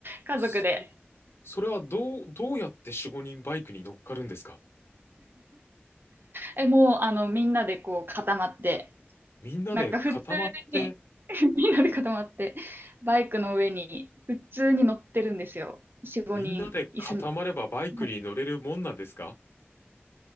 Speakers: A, on the right; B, on the left.
A: 家族で、
B: そ、それはどう、どうやって4、5人バイクに乗っかるんですか
A: え、もうあのみんなでこう固まって、
B: みんなで固まって、
A: なんか普通に <laughs> みんなで固まって、バイクの上に普通に乗ってるんですよ。4、5人、
B: みんなで固まればバイクに乗れるもんなんですか
A: 椅子に、はい